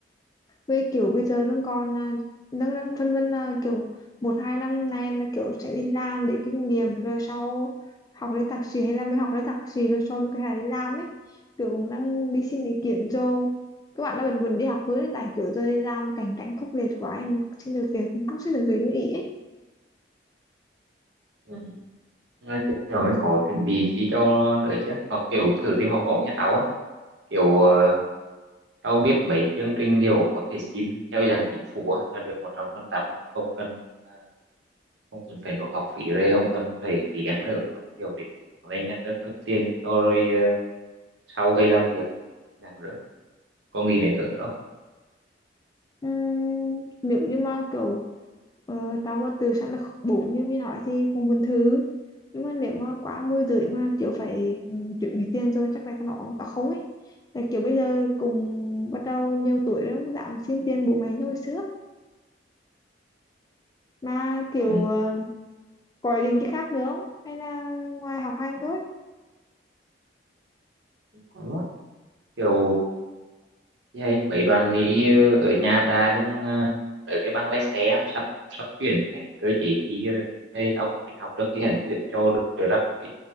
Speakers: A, on the left; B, on the right.
A: với kiểu bây giờ đang còn à, đang đang phân vân là kiểu một hai năm nay là kiểu sẽ đi làm để kinh nghiệm rồi sau học lên thạc sĩ hay là mới học lên thạc sĩ rồi sau mới có thể đi làm ấy kiểu cũng đang đi xin ý kiến cho các bạn đã vẫn buồn đi học hướng hiện tại kiểu giờ đi làm cảnh cảnh khốc liệt quá em xin được việc cũng không xin được việc như ý ấy
B: Ừ. Mà kiểu mới có chuẩn bị chi cho đỡ chứ hoặc kiểu thử tìm học bổng nha tao á kiểu ờ, tao biết mấy chương trình kiểu có thể xin theo dạng chính phủ á, là được 100% luôn không cần à, không cần phải nộp học phí rồi không cần phải phí ăn ở luôn kiểu đến lên nhà nước cấp tiền cho rồi ờ, sau về làm việc dạng nữa có nghĩ đến hướng nữa không?
A: Ừm, nếu như mà kiểu ờ, tao mà từ sẵn là bụng như mình nói thì cũng muốn thử nhưng mà nếu mà quá môi rưỡi mà kiểu phải ừm, chuẩn bị tiền rồi chắc là tao bảo tao không ấy tại kiểu bây giờ cùng bắt đầu nhiều tuổi rồi không dám xin tiền bố mẹ như hồi xưa mà kiểu
B: Ừ.
A: ờ, có ý định chứ khác nữa không hay là ngoài học hành thôi
B: Đúng á. kiểu thì hay mấy đoàn đi ờ, ở nhà ta đứng ờ, ở cái băng lái xe á, sắp sắp chuyển cái cơ chế thi rồi đây tao cũng định học trước khi hành chuyển cho được rồi rắc rối